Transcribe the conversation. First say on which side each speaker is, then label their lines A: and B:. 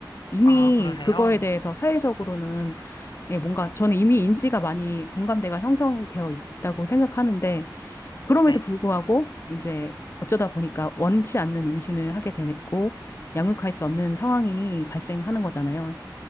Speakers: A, on the left (about 35°); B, on the left (about 85°).
A: 이미
B: 아, 그러세요?
A: 그거에 대해서 사회적으로는 예, 뭔가 저는 이미 인지가 많이 공감대가 형성되어 있다고 생각하는데 그럼에도
B: 네,
A: 불구하고 이제 어쩌다 보니까 원치 않는 임신을 하게 됐고 양육할 수 없는 상황이 발생하는 거잖아요.